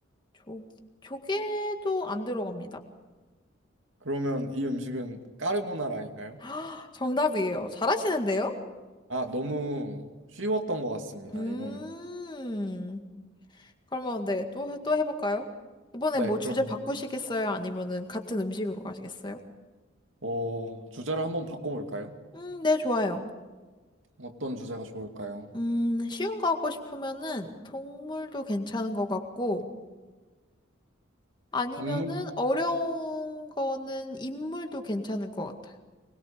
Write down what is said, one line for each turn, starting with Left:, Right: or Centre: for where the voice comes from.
Left: 조, 조개도 안 들어갑니다.
Right: 그러면 이 음식은 까르보나라인가요?
Left: <gasps> 정답이에요. 잘하시는데요?
Right: 아 너무 쉬웠던 것 같습니다.
Left: 음.
Right: 이거는
Left: 그러면 네, 또, 또 해볼까요? 이번에
Right: 네
Left: 뭐 주제
Right: 그럼
Left: 바꾸시겠어요? 아니면은 같은 음식으로 가시겠어요?
Right: 어 주제를 한번 바꿔볼까요?
Left: 음, 네, 좋아요.
Right: 어떤 주제가 좋을까요?
Left: 음, 쉬운 거 하고 싶으면은 동물도 괜찮은 것 같고, 아니면은
Right: 동물
Left: 어려운 거는 인물도 괜찮을 것 같아요.